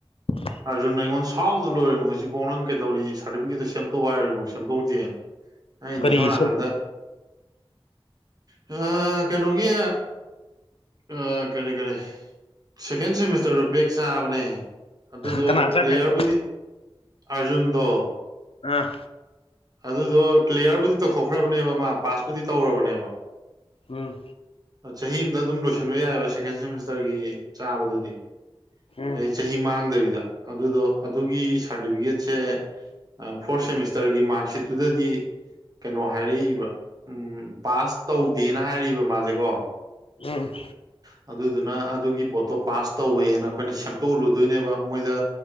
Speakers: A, on the left (about 75°); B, on the right (about 40°).
A: ꯍ
B: ꯑꯥꯔꯖꯟ ꯑꯩꯉꯣꯟ ꯁꯥꯎꯗ ꯂꯣꯏꯔꯃꯤ ꯍꯧꯖꯤꯛꯐꯥꯎ ꯅꯪ ꯀꯩꯧꯔꯤ ꯁꯥꯔꯇꯤꯐꯤꯀꯦꯠꯇ ꯁꯦꯝꯗꯣꯛꯑꯣ ꯍꯥꯏꯔꯤꯕꯐꯥꯎ ꯁꯦꯝꯗꯣꯛꯇꯦꯅ ꯑꯩ ꯅꯤꯡꯅꯤꯁꯣꯅꯥꯀꯟꯗ
A: ꯀꯔꯤ ꯁꯦꯝ
B: ꯑ ꯀꯩꯅꯣꯒꯤ ꯑ ꯀꯔꯤ ꯀꯔꯤ ꯁꯦꯀꯦꯟ ꯁꯦꯃꯤꯁꯇꯔꯗꯨ ꯕꯦꯛ ꯆꯥꯕꯅꯦ ꯑꯗꯨꯗꯣ
A: ꯀꯅꯥ ꯆꯠꯈ꯭ꯔꯒꯦ
B: ꯀ꯭ꯂꯤꯌꯥꯌꯔꯕꯨꯗꯤ ꯑꯥꯔꯖꯨꯟꯗꯣ
A: ꯑꯥ
B: ꯑꯗꯨꯗꯣ ꯀ꯭ꯂꯤꯌꯥꯔꯕꯨꯗꯤ ꯇꯧꯊꯣꯛꯈ꯭ꯔꯕꯅꯦꯕ ꯃꯥ ꯄꯥꯁꯄꯨꯗꯤ ꯇꯧꯔꯕꯅꯦꯕ
A: ꯎꯝ
B: ꯆꯍꯤ ꯑꯃꯝꯗ ꯑꯗꯨꯝ ꯂꯣꯏꯁꯤꯟꯕ ꯌꯥꯏꯑꯕ ꯁꯦꯀꯦꯟ ꯁꯦꯃꯤꯁꯇꯔꯒꯤ ꯆꯥꯕꯗꯨꯗꯤ
A: ꯎꯝ
B: ꯑꯩ ꯆꯍꯤ ꯃꯥꯡꯗꯕꯤꯗ ꯑꯗꯨꯗꯣ ꯑꯗꯨꯒꯤ ꯁꯥꯔꯇꯤꯐꯤꯀꯦꯠꯁꯦ ꯐꯣꯔ ꯁꯦꯃꯤꯁꯇꯔꯒꯤ ꯃꯥꯔꯛꯁꯤꯠꯇꯨꯗꯗꯤ ꯀꯩꯅꯣ ꯍꯥꯏꯔꯛꯏꯕ ꯎꯝ ꯄꯥꯁ ꯇꯧꯗꯦꯅ ꯍꯥꯏꯔꯛꯕ ꯃꯥꯁꯦꯀꯣ
A: ꯎꯝ
B: ꯑꯗꯨꯗꯨꯅ ꯑꯗꯨꯒꯤ ꯄꯣꯠꯇꯣ ꯄꯥꯁ ꯇꯧꯋꯦꯅ ꯑꯩꯈꯣꯏꯅ ꯁꯦꯝꯗꯣꯛꯂꯨꯗꯣꯏꯅꯦꯕ ꯃꯣꯏꯗ